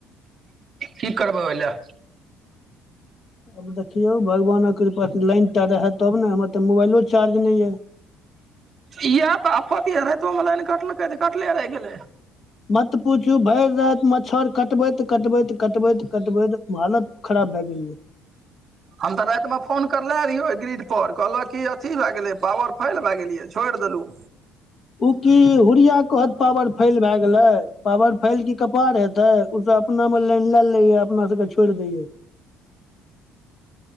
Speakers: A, on the right; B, on the left.
A: की करबै ओहि लए
B: आब देखियौ भगवानक कृपा लाइन टा रहे तब ने हमर तऽ मोबाइलो चार्ज नहि यऽ
A: इएह तऽ आफत यै रातियो में लाइन कटलकै तऽ कटले रहि गेलै
B: मत पूछू भरि राति मच्छर कटबैत कटबैत कटबैत कटबै तऽ म हालत खराब भए गेलियै
A: हम तऽ राति में फोन करले रहियो ग्रिड पर कहलक की अथी भए गेलै पावर फैल भए गेलियै छोड़ि देलहुँ
B: उ की हुरिया कहत पावर फैल भए गेले पावर फैल की कपार हेते उसब अपना मे लाईन लले या अपना सबके के छोड़ि दय या